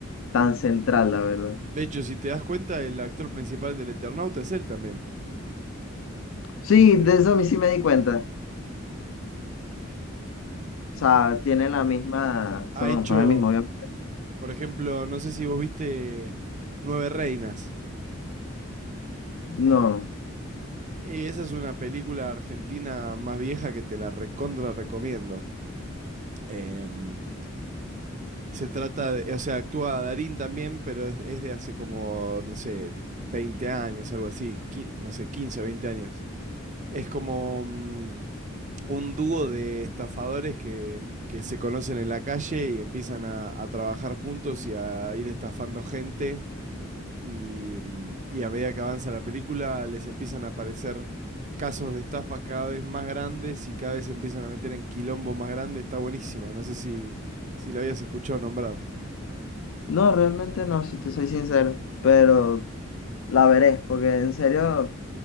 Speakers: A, on the left; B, on the right.
A: tan central, la verdad.
B: De hecho, si te das cuenta, el actor principal del Eternauta es él también.
A: Sí, de eso a mí sí me di cuenta. O sea, tienen
B: Em,
A: la misma,
B: ha
A: son,
B: hecho,
A: son el mismo avión.
B: por ejemplo, no sé si vos viste Nueve Reinas.
A: No,
B: Eh, esa es una película argentina más vieja que te la recontra recomiendo. Em, Se trata de, o sea, actúa Darín también, pero es, es de hace como, no sé, 20 años, algo así, qui- no sé, 15 o 20 años. Es como mm, un dúo de estafadores que, que se conocen en la calle y empiezan a, a trabajar juntos y a ir estafando gente. Y, mm, y a medida que avanza la película, les empiezan a aparecer casos de estafas cada vez más grandes y cada vez se empiezan a meter en quilombos más grandes. Está buenísima, no sé si, si la habías escuchado nombrar.
A: no, realmente no, si te soy sincero, pero la veré, porque en serio,